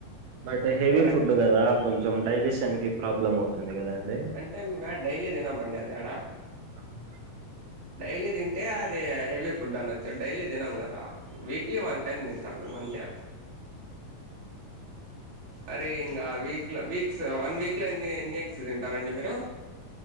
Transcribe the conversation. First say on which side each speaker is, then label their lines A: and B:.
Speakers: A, on the right (about 80°); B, on the right (about 35°).
A: బట్ హెవీ
B: మనకి
A: ఫుడ్ కదా కొంచెం డైజెషన్ కి ప్రాబ్లం అవుతుంది కదా అండి
B: అంటే మ డైలీ దినమండి అది ఎడా
A: ఆహా
B: డైలీ తింటే అది హెవీ ఫుడ్ అనొచ్చు డైలీ తినం కదా వీక్లీ వన్ టైం తింటాన్నం అంతే అరే ఇంకా వీక్లో వీక్స్ వన్ వీక్లో ఎన్ని ఎన్ని ఎగ్స్ తింటారండి మీరు